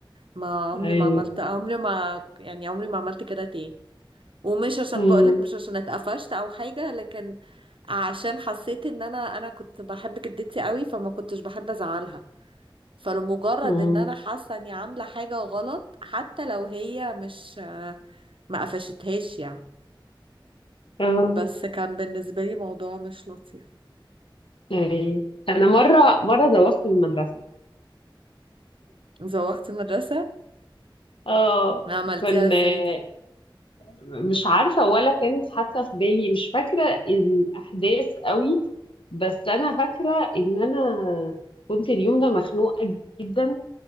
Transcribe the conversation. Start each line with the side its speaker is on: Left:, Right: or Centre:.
Right: ما عمري
Left: أيوه
Right: ما عملت عمري ما يعني عمري ما عملت كده تاني ومش عشان
Left: أيوه
Right: بقولك مش عشان اتقفشت او حاجة لكن عشان حسيت ان انا انا كنت بحب جدتي قوي فما كنتش بحب ازعلها فلمجرد
Left: مم.
Right: ان انا حاسة اني عاملة حاجة غلط حتى لو هي مش ما قفشتهاش يعني
Left: اه
Right: بس كان بالنسبة لي موضوع مش لطيف
Left: ايوه انا مره مره زوغت من المدرسه
Right: زوغت المدرسة
Left: اه
Right: عملتيها
Left: كان
Right: ازاي
Left: آه،
Right: دي
Left: مش عارفه ولا كانت حتى في بالي مش فاكره الاحداث قوي بس انا فاكره ان انا كنت اليوم ده مخنوقه جدا